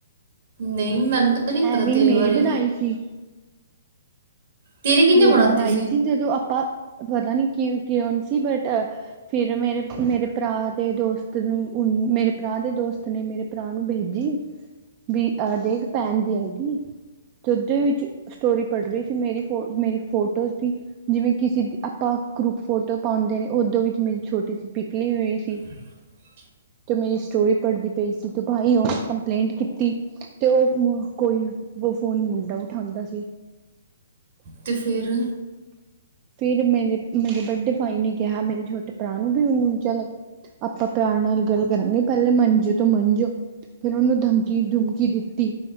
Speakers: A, on the right; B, on the right.
A: ਨਈ ਮੈਨੂੰ ਤਾਂ ਨਈ ਪਤਾ
B: ਐਵੇਂ
A: ਤੇਰੇ
B: ਮੇਰੀ
A: ਬਾਰੇ
B: ਬਣਾਈ ਸੀ।
A: ਤੇਰੀ ਕਿਹਨੇ
B: ਮੇਰੀ
A: ਬਣਾਤੀ
B: ਬਣਾਈ ਸੀ ਜਦੋਂ ਆਪਾਂ ਪਤਾ ਨੀ ਕਿ ਕਿਉਂਨ ਸੀ ਬਟ ਫਿਰ ਮੇਰੇ ਮੇਰੇ ਭਰਾ ਤੇ ਦੋਸਤ ਨੂੰ ਉਹਨੁੰ ਮੇਰੇ ਭਰਾ ਦੇ ਦੋਸਤ ਨੇ, ਮੇਰੇ ਭਰਾ ਨੂੰ ਭੇਜੀ। ਵੀ ਆ ਦੇਖ ਭੈਣ ਦੀ ਆਈ ਡੀ, ਤੇ ਓਦੇ ਵਿੱਚ ਸਟੋਰੀ ਪੜ ਰਈ ਸੀ ਮੇਰੀ ਫੋ ਮੇਰੀ ਫੋਟੋਜ਼ ਦੀ ਜਿਵੇਂ ਕਿਸੀ ਦੀ ਅਪਾਂ ਗਰੁੱਪ ਫੋਟੋ ਪਾਉਂਦੇ ਨੇ, ਓਦੋਂ ਵਿੱਚ ਮੇਰੀ ਛੋਟੀ ਸੀ ਪਿਕ ਲੀ ਹੋਈ ਸੀ।
A: <inaudible>
B: ਤੇ ਮੇਰੀ ਸਟੋਰੀ ਪੜਦੀ ਪਈ ਸੀ ਤੇ ਭਾਈ ਉਹਨੇ ਕੰਪਲੇਂਟ ਕੀਤੀ। ਤੇ ਉਹ ਕੋਈ ਉਹ ਫੋਨ ਮੁੰਡਾ ਉਠਾਂਦਾ ਸੀ।
A: ਤੇ ਫੇਰ
B: ਫਿਰ ਮੇਰੇ ਮੇਰੇ ਵੱਡੇ ਭਾਈ ਨੇ ਕਿਹਾ ਮੇਰੇ ਛੋਟੇ ਭਰਾ ਨੂੰ ਵੀ ਉਹਨੂੰ ਚਲ ਆਪਾਂ ਪਿਆਰ ਨਾਲ ਗੱਲ ਕਰਾਂਗੇ ਪਹਿਲੇ, ਮਨਜੇ ਤੋਂ ਮਨਜੋ ਫਿਰ ਉਹਨੂੰ ਧਮਕੀ ਧੁਮਕੀ ਦਿੱਤੀ।